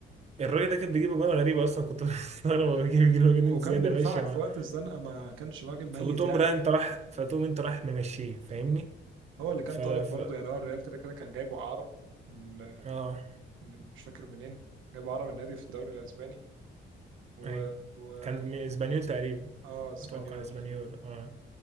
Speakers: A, on the right; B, on the right.
A: الراجل ده كان بيجيب اجوان غريبة اصلا كنت <laughs> بستغرب هو بيجيب اجوان جنون
B: وكان
A: زيادة
B: بينفعك
A: ماشية مع
B: في وقت الزنقة ما كانش راجل ميت
A: فبتقوم
B: يعني
A: رايح انت راح فتقوم انت راح ممشيه فاهمني؟
B: هو اللي كان
A: ف...
B: طالب
A: ف...
B: برضه يعني هو الريال كده كده كان جايبه إعارة من
A: اه
B: من مش فاكر منين جايبه إعارة من نادي في الدوري الأسباني و,
A: ايوه
B: و...
A: كان من اسبانيول تقريبا
B: اه اسبانيول
A: اتوقع اسبانيول اه